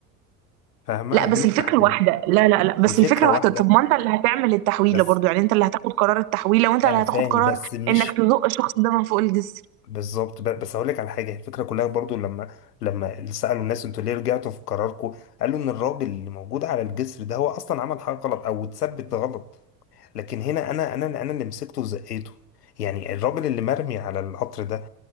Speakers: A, on the left; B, on the right.
A: فاهمه
B: لا
A: غير
B: بس
A: التحويل
B: الفكرة واحدة لا لا لا بس
A: الفكره
B: الفكرة واحدة
A: واحده
B: طب ما انت اللي هتعمل التحويلة
A: بس
B: برضو يعني انت اللي هتاخد قرار التحويلة وانت
A: انا
B: اللي هتاخد
A: فاهم
B: قرار
A: بس مش
B: انك تزق الشخص ده من فوق الجسر
A: بالظبط ب- بس اقول لك على حاجه الفكره كلها برضو لما لما سالوا الناس انتوا ليه رجعتوا في قراركم قالوا ان الراجل اللي موجود على الجسر ده هو اصلا عمل حاجه غلط او اتثبت غلط لكن هنا انا انا انا اللي مسكته وزقيته يعني الراجل اللي مرمي على القطر ده